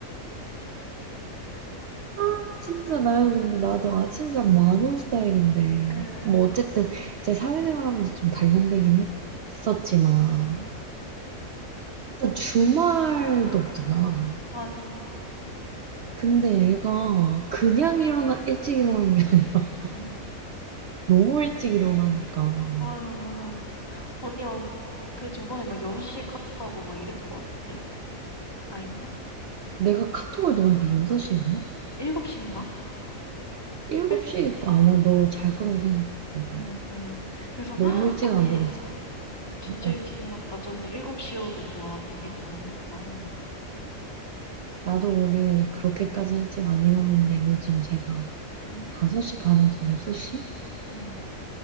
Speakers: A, on the right; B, on the left.
A: 아, 진짜 나야. 근데 나도 아침잠 많은 스타일인데.
B: 예.
A: 뭐, 어쨌든, 이제 사회생활 하면서 좀 단련되긴 했, 했었지만.
B: 응,
A: 일단 주말도 없잖아.
B: 맞아.
A: 근데 애가 그냥
B: 응,
A: 일어나, 일찍 일어나는 게 아니라 <laughs>
B: 응.
A: 너무 일찍 일어나니까.
B: 맞아, 맞아. 언니, 막, 그 저번에 막 6시에 카톡하고 막 이랬던 것 같은데? 아닌가?
A: 내가 카톡을 너한테 6시에 했나?
B: 7시인가?
A: 7시에
B: 일-
A: 있고 아마 너 잘 거라고 생각했어, 내가.
B: 응, 응. 그래서,
A: 너무
B: "헉,
A: 일찍
B: 언니,
A: 안 보냈을 거야.
B: 진짜
A: 응.
B: 일찍 일어났다. 저는 7시여도, 와, 되게 일찍 일어났다. 이,
A: 나도
B: 이 생각했죠.
A: 원래 그렇게까지
B: 응,
A: 일찍 안 일어나는데 요즘 제가
B: 응,
A: 5시 반에서 6시?
B: 응.